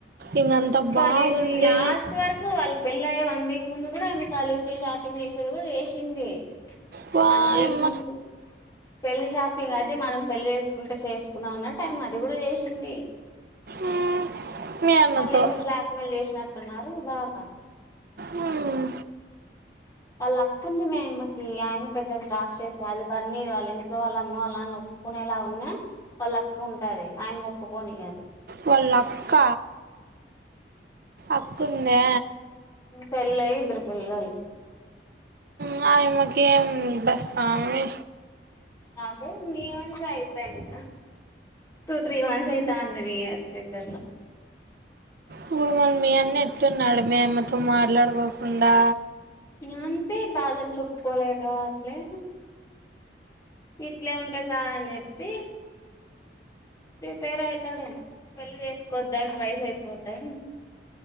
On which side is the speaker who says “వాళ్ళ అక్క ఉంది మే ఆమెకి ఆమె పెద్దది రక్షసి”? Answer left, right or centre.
Left